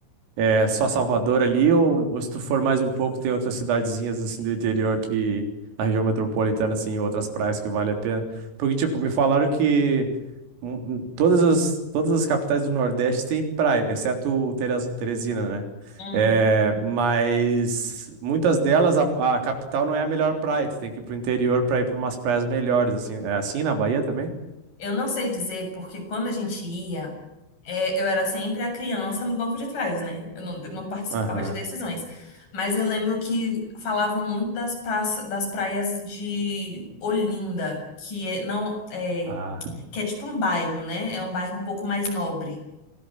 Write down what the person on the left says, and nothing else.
hum.
Eu não sei dizer porque quando a gente ia, é, eu era sempre a criança no banco de trás, né? Eu não, eu não participava
de decisões. Mas eu lembro que falavam muito das praças, das praias de Olinda, que é, não, é,
que é tipo um bairro, né? É um bairro um pouco mais nobre,